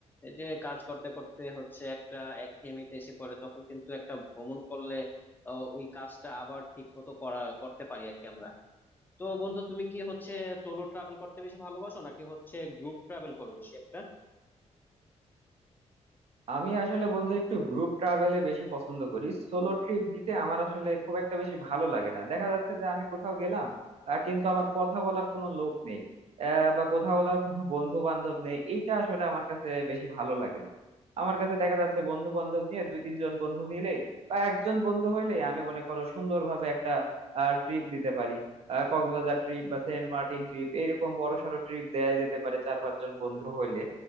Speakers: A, on the left; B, on the right.
A: এই যে কাজ করতে করতে হচ্ছে একটা একঘেয়েমিতে এসে পড়ে তখন কিন্তু একটা ভ্রমণ করলে আহ, ওই কাজটা আবার ঠিক মতো করা করতে পারি আর কি আমরা তো বন্ধু তুমি কি হচ্ছে সোলো ট্রাভেল করতে বেশি ভালোবাসো নাকি হচ্ছে গ্রুপ ট্রাভেল করো বেশি একটা
B: আমি আসলে বন্ধু একটু গ্রুপ ট্রাভেলে বেশি পছন্দ করি সোলো ট্রিপ দিতে আমার আসলে খুব একটা বেশি ভালো লাগে না দেখা যাচ্ছে যে আমি কোথাও গেলাম আহ, কিন্তু আমার কথা বলার কোনো লোক নেই আহ, বা কথা বলার কোনো বন্ধু বান্ধব নেই এইটা আসলে আমার কাছে বেশি ভালো লাগে না আমার কাছে দেখা যাচ্ছে বন্ধু বান্ধব নিয়ে দুই তিনজন বন্ধু নিলেই বা একজন বন্ধু হইলেই আমি মনে করো সুন্দরভাবে একটা ট্রিপ দিতে পারি আহ, কক্সবাজার ট্রিপ বা সেন্ট মার্টিন ট্রিপ এরকম বড় সড়ো ট্রিপ দেয়া যেতে পারে চার পাঁচজন বন্ধু হইলে